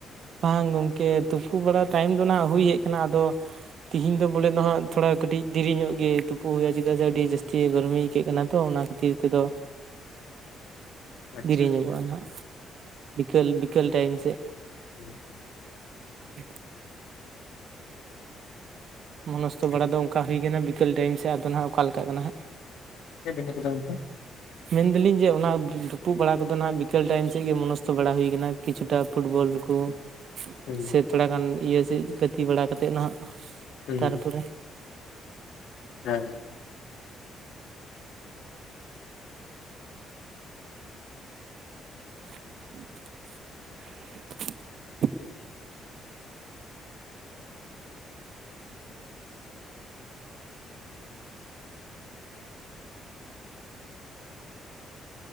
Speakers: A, on the right; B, on the left.
A: ᱵᱟᱝ ᱜᱚᱝᱠᱮ ᱛᱩᱯᱩ ᱵᱟᱲᱟ ᱴᱟᱭᱤᱢ ᱫᱚ ᱱᱟᱦᱟᱸᱜ ᱦᱩᱭ ᱦᱮᱡ ᱠᱟᱱᱟ ᱟᱫᱚᱼᱼ ᱛᱤᱦᱤᱧ ᱫᱚ ᱵᱚᱞᱮ ᱫᱚ ᱱᱟᱦᱟᱸᱜ ᱛᱷᱚᱲᱟ ᱠᱟᱹᱴᱤᱡ ᱫᱤᱨᱤ ᱧᱚᱜ ᱜᱮ ᱛᱩᱯᱩ ᱦᱩᱭᱩᱜ-ᱟ ᱪᱮᱫᱟᱜ ᱥᱮ ᱟᱹᱰᱤ ᱡᱟᱹᱥᱛᱤ ᱜᱚᱨᱢᱤ ᱤᱭᱠᱟᱹᱜ ᱠᱟᱱᱟ ᱛᱚ ᱚᱱᱟ ᱠᱷᱟᱼᱼ ᱛᱤᱨ ᱛᱮᱫᱚᱼᱼ
B: <inaudible> ᱟᱪᱪᱷᱟ
A: ᱫᱤᱨᱤ ᱧᱚᱜᱚᱜ-ᱟ
B: ᱟᱪᱪᱷᱟ
A: ᱱᱟᱦᱟᱸᱜ ᱵᱤᱠᱟᱹᱞ ᱵᱤᱠᱟᱹᱞ ᱴᱟᱭᱤᱢ ᱥᱮᱜ᱾
B: ᱦᱮᱸ ᱦᱩᱸ᱾
A: <inaudible> ᱢᱚ ᱱᱚᱥᱛᱚ
B: ᱮᱠᱫᱚᱢ
A: ᱵᱟᱲᱟ ᱫᱚ ᱚᱱᱠᱟ ᱦᱩᱭ ᱠᱟᱱᱟ ᱵᱤᱠᱟᱹᱞ ᱴᱟᱭᱤᱢ ᱥᱮᱜ ᱟᱫᱚ ᱱᱟᱦᱟᱸᱜ ᱚᱠᱟ ᱞᱮᱠᱟᱜ ᱠᱟᱱᱟ ᱦᱟᱸᱜ?
B: ᱪᱮᱜ ᱵᱤᱱᱰᱟᱹ ᱠᱚ ᱫᱚᱱ ᱛᱮ?
A: ᱢᱮᱱ ᱫᱟᱞᱤᱧ ᱡᱮ ᱚᱱᱟ ᱫᱩᱯᱩᱜ ᱵᱟᱲᱟ ᱠᱚᱫᱚ ᱱᱟᱦᱟᱸᱜ ᱵᱤᱠᱟᱹᱞ ᱴᱟᱭᱤᱢ ᱥᱮᱜ ᱜᱤ ᱢᱚᱱᱚᱥᱛᱚ ᱵᱟᱲᱟ ᱦᱩᱭ ᱠᱟᱱᱟ᱾ ᱠᱤᱪᱷᱩ ᱴᱟᱜ ᱯᱷᱩᱴᱵᱚᱞ ᱠᱚ
B: ᱦᱩᱸ
A: ᱥᱮ ᱛᱷᱚᱲᱟ ᱜᱟᱱ ᱤᱭᱟᱹ ᱥᱮᱡ ᱜᱟᱹᱛᱤ ᱵᱟᱲᱟ ᱠᱟᱛᱮᱜ ᱱᱟᱦᱟᱸᱜ᱾
B: ᱦᱩᱸ
A: ᱛᱟᱨᱯᱚᱨᱮ᱾
B: ᱦᱮᱸ᱾
A: <inaudible>